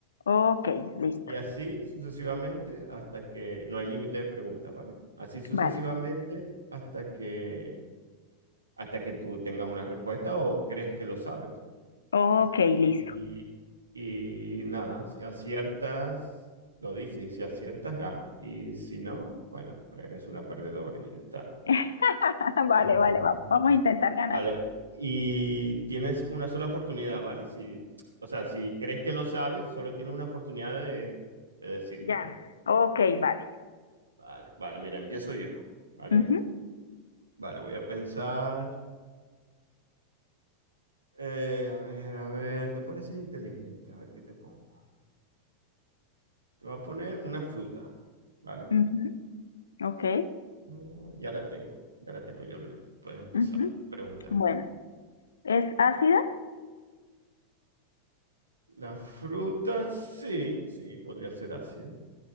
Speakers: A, on the left; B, on the right.
A: Ok, listo.
B: Y así sucesivamente hasta que no hay límite de preguntas, ¿vale? Así sucesivamente
A: Vale.
B: hasta que hasta que tú tengas una respuesta o crees que lo sabes.
A: Ok,
B: Y,
A: listo.
B: y nada, si aciertas, lo dices, y si aciertas, ganas. Y si no, bueno, eres una perdedora y ya está.
A: <laughs> Vale,
B: <laughs>
A: vale, va- vamos a intentar ganar.
B: Vale, y tienes una sola oportunidad, ¿vale? Si, o sea, si crees que lo sabes, solo tienes una oportunidad de, de decirlo,
A: Ya.
B: ¿vale?
A: Ok, vale.
B: Vale, vale, mira, empiezo yo, ¿vale?
A: Ujú,
B: Vale, voy a pensar. eh, a ver, a ver, tú pareces inteligente, a ver qué te pongo. Te voy a poner una fruta, ¿vale?
A: ujú, Ok.
B: Ah, ya la tengo, ya la tengo, Jorlen. Puedes empezar
A: ujú.
B: a preguntar.
A: Bueno, ¿es ácida?
B: La fruta, sí, sí, podría ser ácido.